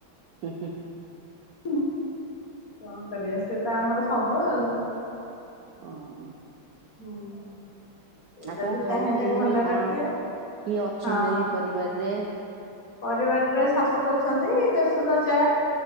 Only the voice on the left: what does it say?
ହଁ କଣ କରିବା ସେତ ଆମର ସବୁ ଆଉ।
ହୁଁ। ସେ
ଯଦି
ଚାହିଁବେ ଭଲରେ
ରଖିବେ
ହଁ।
ପରିବାରରେ ଶାଶୁ ଅଛନ୍ତି ଦେଢଶୁର ଜା